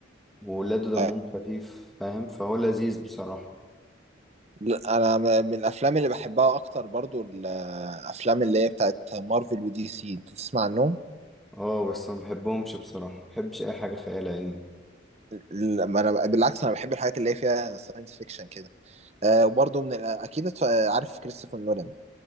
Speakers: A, in the centre; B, on the right.
A: وولاده دمهم
B: أي.
A: خفيف فاهم فهو لذيذ بصراحة
B: لا، انا م- من الافلام اللي بحبها اكتر برضو الافلام اللي هي بتاعت مارفل ودي سي انت تسمع عنهم
A: اه بس ما بحبهمش بصراحة ما بحبش اي حاجة خيال علمي
B: لما انا بالعكس انا بحب الحاجات اللي هي فيها ساينس فيكشن كده آه، وبرضو من ال- اكيد اتف- عارف كريستوفر نولان